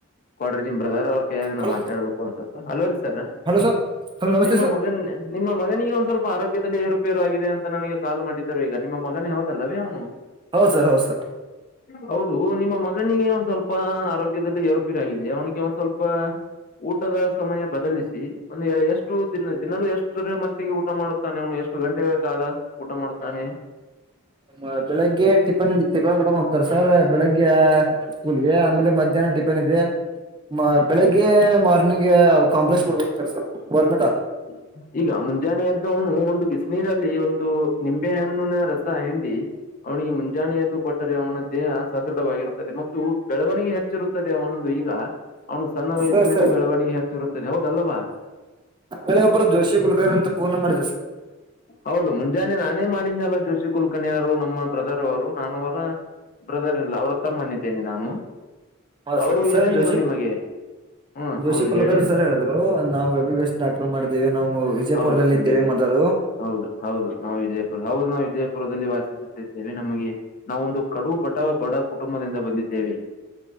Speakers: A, on the left; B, on the right.
A: ಕೊಡ್ರಿ ನಿಮ್ ಬ್ರದರ್ ಅವ್ರ ಕೈಯಾಗ ನಾ್
B: ಹಲೋ
A: ಮಾತಾಡ್ಬೇಕು ಅಂದ ಸ್ವಲ್ಪ ಹಲೋ ರೀ ಸರ್
B: ಹಲೋ ಸರ್ ಹಲೋ ನಮಸ್ತೆ
A: ನಿಮ್ಮ
B: ಸರ್
A: ಮಗನ್ ನಿಮ್ಮ ಮಗನಿಗೆಗ ಒಂದ್ ಸ್ವಲ್ಪ ಆರೋಗ್ಯದಲ್ಲಿ ಏರುಪೇರು ಆಗಿದೆ ಅಂತ ನನಗೆ ಕಾಲ್ ಮಾಡಿದ್ದರು ಈಗ ನಿಮ್ಮ ಮಗನೇ ಹೋಗದಲ್ಲವೇ ಅವನು
B: ಹೌ ಸರ್ ಹೌದು ಸರ್
A: ಹೌದು ನಿಮ್ಮ ಮಗನಿಗೆ ಒಂದ್ ಸ್ವಲ್ಪ ಆರೋಗ್ಯದಲ್ಲಿ ಏರುಪಿರಗಿದೆ ಅವನಿಗೆ ಒಂದ್ ಸ್ವಲ್ಪ ಊಟದ ಸಮಯ ಬದಲಿಸಿ ಒಂದು ಎಷ್ಟು ದಿನ ದಿನಲ್ಲೂ ಎಷ್ಟರ ಮಟ್ಟಿಗೆ ಊಟ ಮಾಡುತ್ತಾನೆ ಅವನು ಎಷ್ಟು ಗಂಟೆಗಳ ಕಾಲ ಊಟ ಮಾಡತಾನೆ
B: ಹ ಬೆಳಗ್ಗೆ ಟಿಪ್ಪನ್ ಹ ಇಡತಿ ಕಡ್ ಹೋಗ್ತಾರೆ ಸರ್ ಬೆಳಗ್ಗೆ ಸ್ಕೂಲ್ಗೆ ಆಮೇಲೆ ಮಧ್ಯಾಹ್ನ ಟ ದೆ ಬೆಳಿಗ್ಗೆ ಮಾರ್ನಿಂಗ್ಗೆ ಕಾಂಪ್ಲೆಕ್ಸ್ ಕೊಡ್ಬೇಕ ಸರ್ರ್ ಗೌರ್ಮೆಂಟ್ ಆ
A: ಹ್ಮ ಈಗ ಮುಂಜಾನೆ ಎದ್ದವನು ಒಂದು ಬಿಸಿನೀರಲ್ಲಿ ಒಂದು ನಿಂಬೆ ಹಣ್ಣಿನ ರಸ ಹಿಂಡಿ ಅವನಿಗೆ ಮುಂಜಾನೆ ಎದ್ದು ಕೊಟ್ಟರೆ ಅವನ ದೇಹ ಸದೃಢವಾಗಿರುತ್ತದೆ ಮತ್ತು ಬೆಳವಣಿಗೆ ಹೆಚ್ಚಿರುತ್ತದೆ ಅವನೊಂದು ಈಗ ಅವನು ಸಣ್ಣ ವಯಸ್ಸಿನಲ್ಲಿ
B: ಸರ್ ಸರ್
A: ಬೆಳವಣಿಗೆ ಹೆಚ್ಚುಿರುತ್ತದೆ ಹೌದಲ್ಲವಾ
B: ಅಳೆ ಒಬ್ಬರು ಜೋಶಿ ಕುುಲಕ ಅಂತ ಪೂರ್ಣ ಮಾಡ
A: ಹೌದು ಮುಂಜಾನೆ ನಾನೇ ಮಾಡಿನನಲ್ಲ ಜೋಶ ಕುಲ್ಕಣಿಯರು ನಮ್ಮ ಬ್ರದರ್ ಅವರು ನಾನ ಅವರ ಬ್ರದರ್ ಎಲ್ಲ ಅವರ ತಮ್ಮನಿದ್ದೇನೆ ನಾನು
B: ಹೌದು
A: ಅವರು
B: ಸರ್ ಸರ್
A: ಏನೆಂದರು
B: ಜೋಶಿ
A: ನಿಮಗೆ ಹ್ಮ್
B: ಜೋಶಿ
A: ಹೌದು
B: ಕುಲಗರ್
A: ಹೇಳಿ
B: ಸರ್ ಹೇಳಿದ್ರು ನಾವು ಎ ಬಿ ಬೆಸ್ಟ್ ಡಾಕ್ಟರ್ ಮಾಡಿದೇವಿ ನಾವು ವಿಜಯಪುರದಲ್ಲಿ
A: ಹೌದು ಎಂ
B: ಇದ್ದೇವೆ
A: ಬಿ ಬಿ
B: ಮೊಲು
A: ಹೌದು ಹೌದು ನಾವು ವಿಜಯಪುರ ಹೌದು ನಾವು ವಿಜಯಪುರದಲ್ಲಿ ವಾಸಿಸುತ್ತಿದ್ದೇವೆ ನಮಗೆ ನಾವೊಂದು ಕಡು ಬಟಾವ ಬಡ ಕುಟುಂಬದಿಂದ ಬಂದಿದ್ದೇವೆ